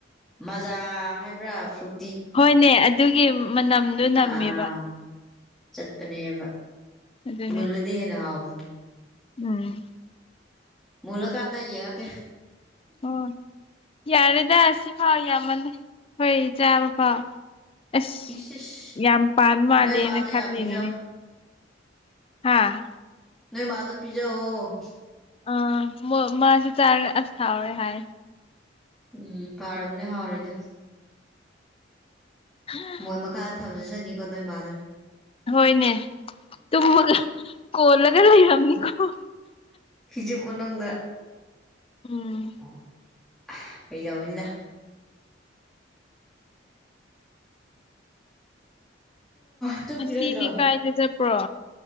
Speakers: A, in the centre; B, on the left.
A: ꯃꯖꯥ ꯍꯥꯏꯕ꯭ꯔꯥ ꯐꯔꯨ꯫
B: ꯍꯣꯏꯅꯦ ꯑꯗꯨꯒꯤ꯫ ꯃꯅꯝꯗꯣ ꯅꯝꯃꯦꯕ
A: ꯑꯥ ꯆꯠꯀꯅꯦꯕ
B: ꯑꯗꯨꯅꯦ
A: ꯃꯨꯜꯂ꯫ ꯅ ꯍꯥꯎꯕꯟ꯫
B: ꯎꯝ꯫
A: ꯃꯨꯔꯀꯟꯗ ꯌꯦꯡꯉꯛꯀꯦ꯫
B: ꯑꯣ ꯌꯥꯔꯦꯗ ꯑꯁꯤꯐꯥꯎ ꯌꯥꯝꯃꯜꯂꯦ ꯍꯣꯏ ꯆꯥꯕ ꯐꯥꯎ꯫ ꯑꯁ
A: ꯏꯁ ꯏꯁ
B: ꯌꯥꯝ ꯄꯥꯟ ꯃꯥꯜꯂꯦꯅ
A: ꯅꯣꯏ ꯃꯥꯗꯣ
B: ꯈꯜꯂꯤꯅꯤꯅꯦ꯫
A: ꯌꯥꯝ ꯄꯤꯖꯧ
B: ꯍꯥꯥ
A: ꯅꯣꯏ ꯃꯥꯗ ꯄꯤꯖꯧ
B: ꯑꯥ ꯃꯥꯁꯨ ꯆꯥꯔ ꯑꯁ ꯍꯥꯎꯋꯦ ꯍꯥꯏ
A: ꯎꯝ ꯐꯥꯔꯝꯅꯦ ꯍꯥꯎꯔꯤꯗꫭ
B: <unintelligible>
A: ꯃꯣꯏ ꯃꯈꯥꯗ ꯊꯝꯖꯁꯅꯤꯀꯣ ꯅꯣꯏ ꯃꯥꯗ
B: ꯍꯣꯏꯅꯦ ꯇꯨꯝꯃꯒ ꯀꯣꯜꯂꯒ ꯂꯩꯔꯝꯅꯤꯀꯣ
A: ꯍꯖꯨ ꯃꯅꯪꯗ
B: ꯎꯝ
A: <unintelligible> ꯑꯩꯖꯎꯅꯤꯗ ꯍꯥ꯫ ꯇꯨꯝꯈꯤꯔꯣꯏꯗ꯭ꯔꯣ
B: ꯉꯁꯤꯗꯤ ꯀꯥꯏꯗ ꯆꯠꯄꯔꯣ꯫